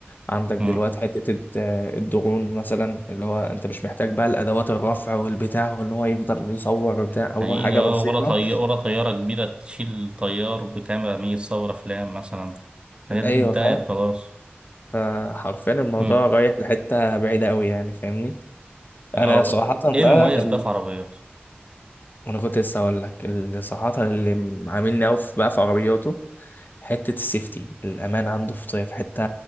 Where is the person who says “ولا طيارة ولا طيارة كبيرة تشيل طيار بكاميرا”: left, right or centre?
Right